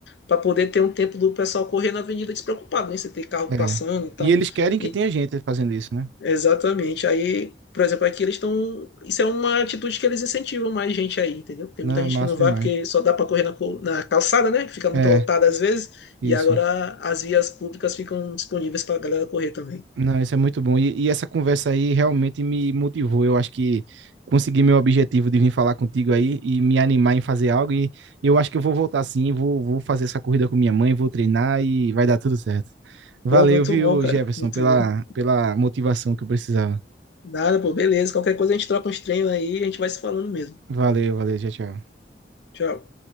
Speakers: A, on the left; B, on the right.
A: para poder ter um tempo do pessoal correr na avenida despreocupado, né? Você tem carro
B: É.
A: passando e tal.
B: E eles querem que
A: E-
B: tenha gente fazendo isso, né?
A: exatamente. Aí, por exemplo, aqui eles estão. Isso é uma atitude que eles incentivam mais gente aí, entendeu? Tem
B: Não,
A: muita
B: é
A: gente
B: massa
A: que não vai
B: demais.
A: porque só dá para correr na, co- na calçada, né? Fica muito
B: É,
A: lotada às vezes.
B: isso.
A: E agora as vias públicas ficam disponíveis para a galera correr também.
B: Não, isso é muito bom. E, e essa conversa aí realmente me motivou. Eu acho que consegui meu objetivo de vir falar contigo aí e me animar em fazer algo. E eu acho que eu vou voltar sim, vou, vou fazer essa corrida com minha mãe, vou treinar e vai dar tudo certo. Valeu,
A: Pô, muito
B: viu,
A: bom, cara.
B: Jefferson,
A: Muito
B: pela,
A: bom.
B: pela motivação que eu precisava.
A: Nada, pô, beleza. Qualquer coisa a gente troca uns treinos aí e a gente vai se falando mesmo.
B: Valeu, valeu, tchau, tchau.
A: Tchau.